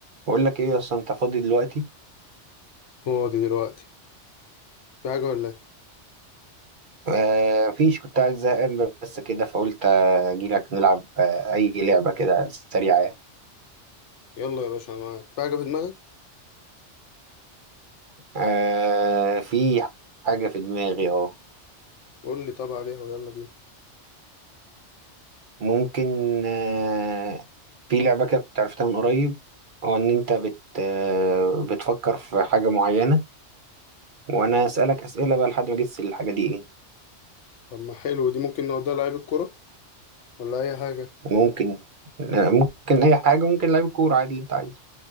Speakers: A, on the right; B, on the left.
A: بقول لك ايه يا اسطى انت فاضي دلوقتي
B: فاضي دلوقتي في حاجة ولا ايه؟
A: آه فيش كنت قاعد زهقان بس كده فقلت اجي لك نلعب آه اي لعبه كده سريعه يعني.
B: يلا يا باشا انا معاك في حاجة في دماغك
A: آه في حاجه في دماغي اهو
B: قول لي طب عليها ويلا بينا
A: ممكن آه في لعبه كده كنت عرفتها من قريب هو ان انت بت آه بتفكر في حاجه معينه وانا اسالك اسئله بقى لحد ما اجس الحاجه دي ايه
B: طب ما حلو دي ممكن نوديها لعيب الكرة ولا أي حاجة
A: ممكن آه ممكن اي حاجه ممكن لعيب كوره عادي اللي انت عايزه